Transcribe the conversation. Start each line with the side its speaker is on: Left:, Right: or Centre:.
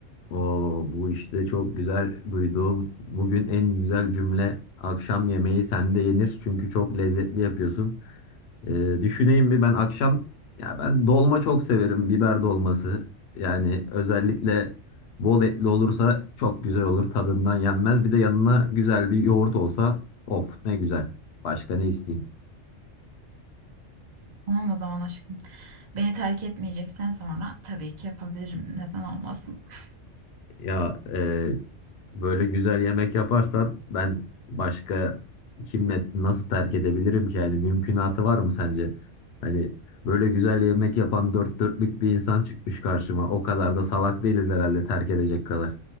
Left: Oo, bu işte çok güzel duyduğum bugün en güzel cümle akşam yemeği sende yenir çünkü çok lezzetli yapıyorsun. Ee, düşüneyim bir ben akşam ya ben dolma çok severim biber dolması yani özellikle bol etli olursa çok güzel olur tadından yenmez bir de yanına güzel bir yoğurt olsa of ne güzel başka ne isteyeyim.
Right: Tamam o zaman aşkım. Beni terk etmeyeceksen sonra tabii ki yapabilirim. Neden olmasın? <laughs>
Left: Ya e, böyle güzel yemek yaparsan ben başka kimle nasıl terk edebilirim ki? Yani mümkünatı var mı sence? Hani böyle güzel yemek yapan dört dörtlük bir insan çıkmış karşıma. O kadar da salak değiliz herhalde terk edecek kadar.